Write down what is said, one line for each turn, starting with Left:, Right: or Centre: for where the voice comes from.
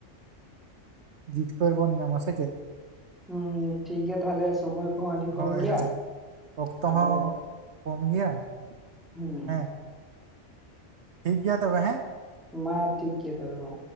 Right: ᱡᱤᱛᱠᱟᱹᱨ ᱵᱚᱱ ᱧᱟᱢᱟ ᱥᱮ ᱪᱮᱫ?
Centre: ᱦᱩᱸ ᱴᱷᱤᱠ ᱜᱮᱭᱟ ᱛᱟᱦᱞᱮ ᱥᱚᱢᱚᱭ ᱠᱚᱦᱚᱸ ᱟᱹᱰᱤ
Right: ᱦᱳᱭ
Centre: ᱠᱚᱢ ᱜᱮᱭᱟ
Right: ᱦᱳᱭ ᱚᱠᱛᱚ
Centre: ᱟᱫᱚ
Right: ᱦᱚᱸ ᱠᱚᱢ ᱜᱮᱭᱟ
Centre: ᱦᱩᱸ
Right: ᱦᱮᱸ ᱴᱷᱤᱠ ᱜᱮᱭᱟ ᱛᱚᱵᱮ ᱦᱮᱸ
Centre: ᱢᱟ ᱴᱷᱤᱠ ᱜᱮᱭᱟ ᱛᱚᱵᱮ ᱢᱟ